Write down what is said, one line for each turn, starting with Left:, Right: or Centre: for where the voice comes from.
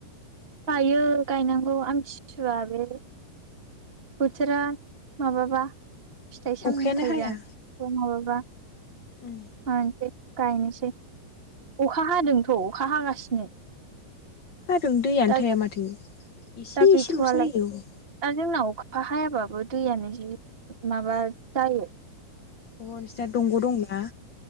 Right: गायो गायनांगौ आमथिसुवा बे बोथोरा माबाबा फिथाइ सामथाइ
Left: अखायानो हाया
Right: जान <unintelligible> बा
Left: उम
Right: ओन। बे गायनोसै अखा हादोंथ' अखा हागासिनो।
Left: हादों दैयानो
Right: दा
Left: थाया माथो इसे
Right: दा गैथ'वालाय
Left: इसेल' जायो औ।
Right: दा जोंनाव अखा हायाबाबो दैयानो जि माबा जायो।
Left: बह नोंसिना दंग' दंना?